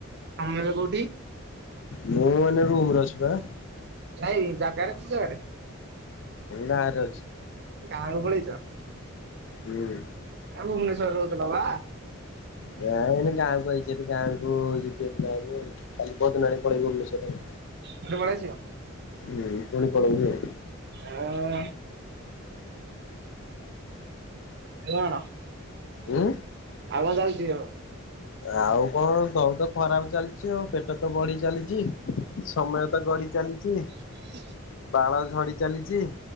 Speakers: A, on the right; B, on the left.
A: ତମେ ଏବେ କୋଉଠି?
B: ମୁଁ ଏଇନା ରୁମରେ ଅଛି ପା।
A: ନାଇଁ ଜାଗରେ କୋଉ ଜାଗାରେ?
B: ଗାଁରେ ଅଛି।
A: ଗାଁକୁ ପଳେଇଚ?
B: ହୁଁ।
A: ଆ ଭୁବନେଶ୍ଵରରେ ରହୁଥିଲ ବା?
B: ନା ଏନା ଗାଁକୁ ଆଇଚି ହେରି ଗାଁ କୁ ଯିବି ଏ କାଲି ପର୍ଦିନ ଆଡକୁ ପଳେଇବି ଭୁନେଶ୍ୱର ଆଉ।
A: ଏବେ ପଳେଇ ଆସିବ
B: ହୁଁ ପୁଣି ପଳେଇବି ଆଉ।
A: ଆଁ। ମେଲଣ
B: ଉଁ।
A: ହଁ ଯାଉଚି ହଁ।
B: ଆଉ କଣ ଦହୁଦ ଖରାପ ଚାଲିଚି ଆଉ ପେଟ ତ ବଢି ଚାଲିଚି ସମୟ ତ ଗଢି ଚାଲିଚି।
A: ହ
B: ବାଳ ଝଡି ଚାଲିଚି।